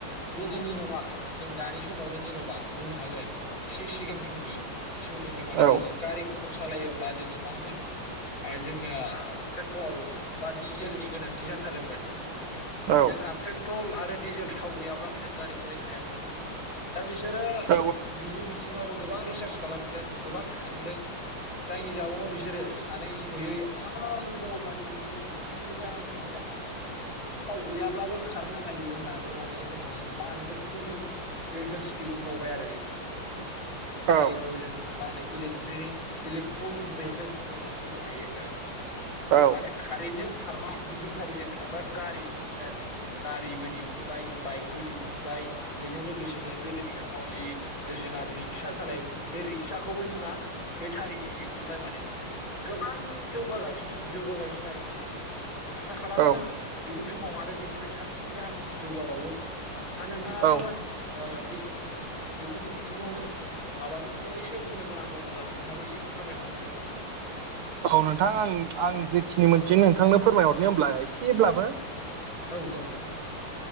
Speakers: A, on the left; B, on the right.
A: गोदोनि नङा जों दानि समावनो जेनेबा बुंनो हागोन एसे सिगां समनि समौनिफ्राय माने
B: औ
A: जोङो गारि मथर सालायोब्ला जोङो माामोन जोंना पेट्रल बा डिजेलनि गोनांथि जाथारोमोन
B: औ
A: जोंहा पेट्रल आरो डिजेल थाव गैयाब्लानो जों गारि सालायनो हायामोन नोंथां दा बिसोरो
B: औ
A: बिनि बिथिङावबो गोबां रिसार्च खालामदों गोबां सानदों जायनि जउनाव बिसोरो सानै हयै आरोबाव मानो बिनिफ्राय हाबसिननिफ्राय हामसिन जाहाथे थाव गैयाब्लाबो खारनो हायो होननानै माने जोंहा मा होनखो इरि बेखेलस दिहुनबावबाय आरो
B: औ
A: जायखौ जों मा होनो इले ट्रेनिक इलेकट्रनिक भेहिकेल्स बुंनो हायो
B: औ
A: माने कारेन्टजों खारग्रा बा बेटारिजों खारग्रा गारि दिहुनबाय आरो गारिबो दिहुनबाय बाइक बो दिहुनबाय बेजों लोगोसेनो गोदोनि समाव जि जोंहा रिक्सा सालायोमोन बे रिक्साखौबो जोंहा बेटारिनि दिहुनबाय माने गोबां जौगा गासिनो जौगा गासिनो आरो नोंथां। आसा खालामो
B: औ
A: इयुन समाव आरो बिनिफ्राय साबसिन बे हामसिन जौगाबावो, दा नोंथाङाबो
B: औ
A: ओ बे, बेफोरनि बिथिङावनो माबाफोर फंनैसो बुंनो गोनां दङोब्ला नोंथाङाबो एसे फोरमायना हरदो,
B: औ नोंथां आं आं जेखिनि मोनथि नोंथांनो फोरमायहरनो होमब्ला एसेब्लाबो,
A: औ जागोन नोंथां।